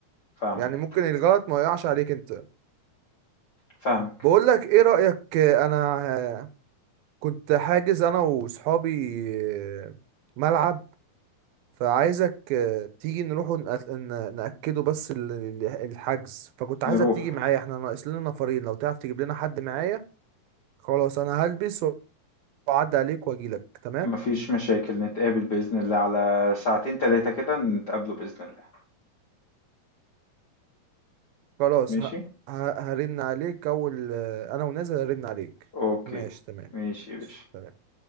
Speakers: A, on the left (about 85°); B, on the right (about 80°).
A: فاهمك
B: يعني ممكن الغلط ما يقعش عليك انت
A: فاهمك
B: بقول لك ايه رأيك آه، انا آه، كنت حاجز انا وصحابي آه، ملعب فعايزك آه، تيجي نروح ونأ- ن- نأكده بس ال- ال- الحجز فكنت عايزك
A: نروح
B: تيجي معايا احنا ناقص لنا نفرين لو تعرف تجيب لنا حد معايا خلاص انا هلبس واعدي عليك واجيلك تمام
A: مفيش مشاكل نتقابل بإذن الله على ساعتين تلاتة كده نتقابلوا بإذن الله
B: خلاص
A: ماشي
B: ه... ه... هرن عليك اول آه، انا ونازل هرن عليك
A: اوكي
B: ماشي تمام
A: ماشي
B: ماشي،
A: يا باشا
B: سلام